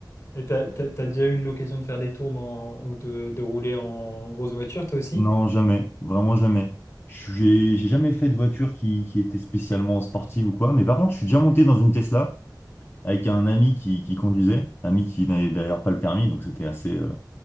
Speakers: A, on the left; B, on the left.
A: Et t'as, t'as- t'as déjà eu l'occasion de faire des tours dans- ou de, de rouler en grosse voiture, toi aussi?
B: Non, jamais. Vraiment jamais. J'ai j'ai jamais fait de voiture qui, qui était spécialement sportive ou quoi. Mais par contre, je suis déjà monté dans une Tesla avec un ami qui, qui conduisait. Ami qui n'avait d'ailleurs pas le permis, donc c'était assez, euh,